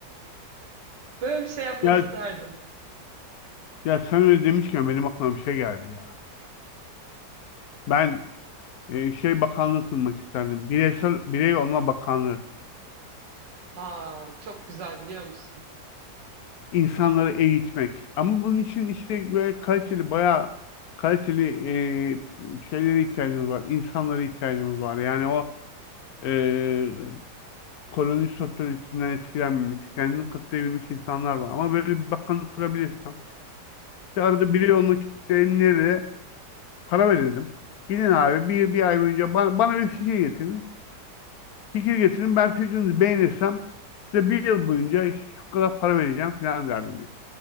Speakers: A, on the right; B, on the left.
A: Böyle bir şey yapmak
B: ya,
A: isterdim.
B: ya sen öyle demişken benim aklıma bir şey geldi ya. Ben e, şey bakanlığı kurmak isterdim. Bireysel birey olma bakanlığı.
A: Aa çok güzel biliyor musun?
B: insanları eğitmek. Ama bunun için işte böyle kaliteli, bayağı kaliteli e, şeylere ihtiyacımız var. İnsanlara ihtiyacımız var. Yani o e, koloni sosyolojisinden etkilenmemiş, kendini katlayabilmiş insanlar var. Ama böyle bir bakanlık kurabilirsem, işte arada biri olmak isteyenlere para verelim. Gidin abi bir, bir ay boyunca bana, bana bir fikir getirin. Fikir getirin ben fikrinizi beğenirsem size bir yıl boyunca işte şu kadar para vereceğim falan derdim